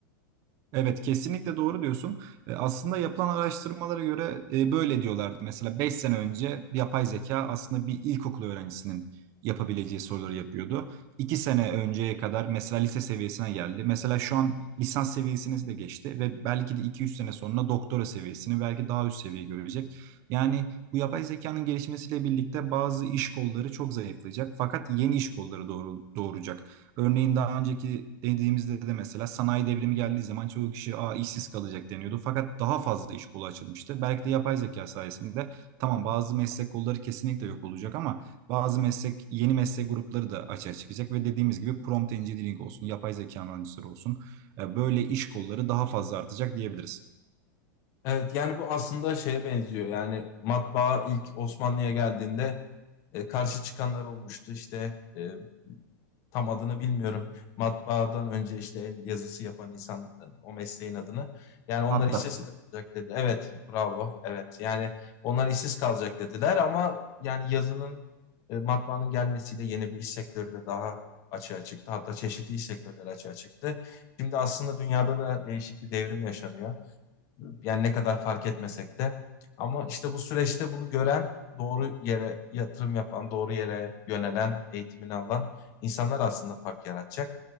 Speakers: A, on the right (about 25°); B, on the left (about 25°).
A: Evet kesinlikle doğru diyorsun. E, Aslında yapılan araştırmalara göre e, böyle diyorlardı. Mesela 5 sene önce yapay zeka aslında bir ilkokul öğrencisinin yapabileceği soruları yapıyordu. 2 sene önceye kadar mesela lise seviyesine geldi. Mesela şu an lisans seviyesini de geçti ve belki de iki üç sene sonra doktora seviyesini belki daha üst seviye görecek. Yani bu yapay zekanın gelişmesiyle birlikte bazı iş kolları çok zayıflayacak fakat yeni iş kolları doğru, doğuracak. Örneğin daha önceki dediğimizde de mesela sanayi devrimi geldiği zaman çoğu kişi Aa, işsiz kalacak deniyordu. Fakat daha fazla iş kolu açılmıştı. Belki de yapay zeka sayesinde tamam bazı meslek kolları kesinlikle yok olacak ama bazı meslek yeni meslek grupları da açığa çıkacak ve dediğimiz gibi prompt engineering olsun, yapay zeka mühendisleri olsun e, böyle iş kolları daha fazla artacak diyebiliriz.
B: Evet yani bu aslında şeye benziyor. Yani matbaa ilk Osmanlı'ya geldiğinde e, karşı çıkanlar olmuştu. İşte e, tam adını bilmiyorum. Matbaadan önce işte el yazısı yapan insan o mesleğin adını. Yani onlar
A: Hatta
B: işsiz Muhakkak. kalacak dedi. Evet, bravo. Evet. Yani onlar işsiz kalacak dediler ama yani yazının e, matbaanın gelmesiyle yeni bir iş sektörü de daha açığa çıktı. Hatta çeşitli iş sektörleri açığa çıktı. Şimdi aslında dünyada da değişik bir devrim yaşanıyor. Yani ne kadar fark etmesek de. Ama işte bu süreçte bunu gören, doğru yere yatırım yapan, doğru yere yönelen, eğitimini alan insanlar aslında fark yaratacak.